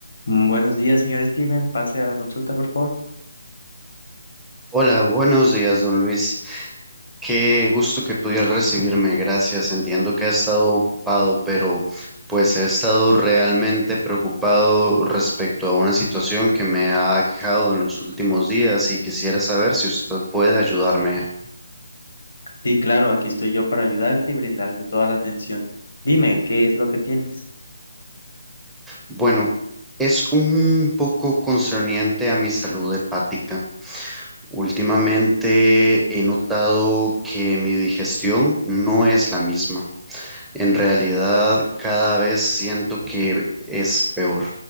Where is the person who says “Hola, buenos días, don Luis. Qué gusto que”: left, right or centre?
Centre